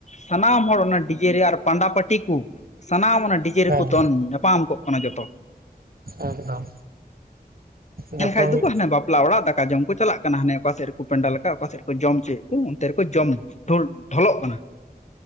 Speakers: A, on the left; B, on the right.
A: ᱥᱟᱱᱟᱢ ᱦᱚᱲ ᱚᱱᱟ ᱰᱤᱡᱮ ᱨᱮ ᱟᱨ ᱯᱟᱸᱰᱟ ᱯᱟᱹᱴᱤ ᱠᱩ ᱥᱟᱱᱟᱢ ᱚᱱᱟ ᱰᱤᱡᱮ
B: ᱦᱮᱸ
A: ᱨᱮᱠᱚ ᱫᱚᱱ ᱧᱟᱯ ᱟᱢ ᱠᱚᱜ ᱠᱟᱱᱟ ᱡᱚᱛᱚ
B: ᱮᱠᱫᱚᱢ ᱡᱚᱛᱚ
A: ᱢᱮᱱ ᱠᱷᱟᱡ ᱫᱚ
B: ᱢᱤᱫ
A: ᱠᱚ ᱦᱟᱱᱮ ᱵᱟᱯ ᱵᱟᱯᱞᱟ ᱚᱲᱟᱜ ᱫᱟᱠᱟ ᱡᱚᱢ ᱠᱚ ᱪᱟᱞᱟᱜ ᱠᱟᱱᱟ᱾ᱦᱟᱱᱮ ᱚᱠᱟ ᱥᱮᱫ ᱨᱮᱠᱚ ᱯᱮᱱᱰᱟᱞ ᱟᱠᱟᱫ ᱚᱠᱟ ᱥᱮᱫ ᱨᱮᱠᱚ ᱡᱚᱢ ᱪᱚᱭᱮᱫ᱾ ᱚᱱᱛᱮ ᱨᱮᱠᱚ ᱡᱚ, ᱡᱚᱢᱚᱜ ᱰᱷᱚᱞᱚᱜ ᱠᱟᱱᱟ᱾